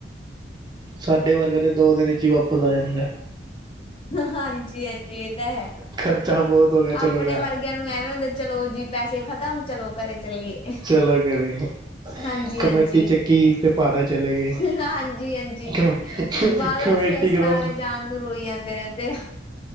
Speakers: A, on the right; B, on the left.
A: ਸਾਡੇ ਵਰਗਾ ਤਾਂ ਦੋ ਦਿਨ ਵਿੱਚ ਹੀ ਵਾਪਸ ਆ ਜਾਂਦਾ।
B: ਹਾਂਜੀ-ਹਾਂਜੀ ਇਹ ਤਾਂ ਹੈ।
A: ਖਰਚਾ ਬਹੁਤ ਹੋ ਗਿਆ
B: ਆਪਣੇ
A: ਚਲੋ ਘਰ
B: ਵਰਗਿਆਂ ਨੂੰ ਐਵੇਂ ਹੁੰਦਾ ਚਲੋ ਜੀ, ਪੈਸੇ ਖ਼ਤਮ ਚਲੋ ਘਰੇ ਚੱਲੀਏ।
A: ਚਲੋ ਘਰੇ।
B: ਹਾਂਜੀ
A: ਕਮੇਟੀ
B: ਹਾਂਜੀ
A: ਚੱਕੀ ਤੇ ਪਹਾੜਾਂ ਚਲੇ ਗਏ
B: ਹਾਂਜੀ ਹਾਂਜੀ
A: ਕਮੇ
B: ਬਾਅਦ
A: ਕਮੇਟੀ
B: ਵਿੱਚ ਕਿਸ਼ਤਾਂ
A: ਖਤਮ।
B: ਵਾਲੇ ਜਾਣ ਨੂੰ ਰੋਈ ਜਾਂਦੇ ਰਹਿੰਦੇ ਆ